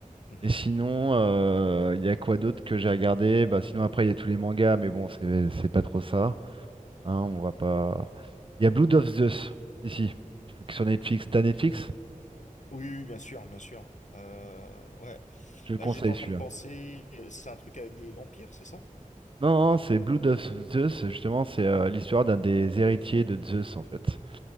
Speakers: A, on the left; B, on the right.
A: Mhm.
B: Et sinon, euh, il y a quoi d'autre que j'ai regardé? Bah, sinon, après, il y a tous les mangas, mais bon, c'est c'est pas trop ça. Hein, on va pas. Il y a Blood of Zeus, ici, sur Netflix. T'as Netflix?
A: Oui, oui, bien sûr, bien sûr. Euh, ouais.
B: Je te le
A: Bah,
B: conseille
A: j'étais en
B: celui-là.
A: train de penser, euh, c'est un truc avec des vampires, c'est ça?
B: Non, non, c'est Blood of Zeus, justement, c'est euh, l'histoire d'un des héritiers de Zeus, en fait.